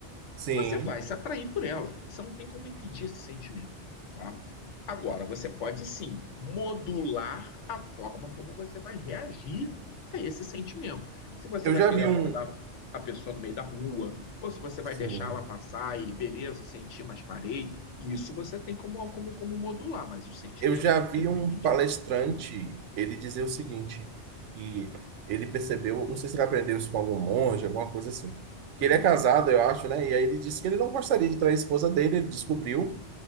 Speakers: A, on the right (about 85°); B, on the left (about 85°).
A: Sim,
B: você vai se atrair por ela. Você não tem como impedir esse sentimento, tá? Agora, você pode sim modular a forma como você vai reagir a esse sentimento. Se você
A: eu
B: vai
A: já
B: querer
A: vi
B: abordar
A: um,
B: a pessoa no meio da rua, ou se você vai
A: sim,
B: deixar ela passar e beleza, senti, mas parei, isso você tem como, como, como modular, mas o sentimento
A: Eu já
B: não
A: vi
B: tem como
A: um
B: impedir.
A: palestrante ele dizer o seguinte, que ele percebeu, não sei se ele aprendeu isso com algum monge, alguma coisa assim, que
B: Aham,
A: ele é casado, eu acho, né? E aí ele disse que ele não gostaria de trair a esposa dele, ele descobriu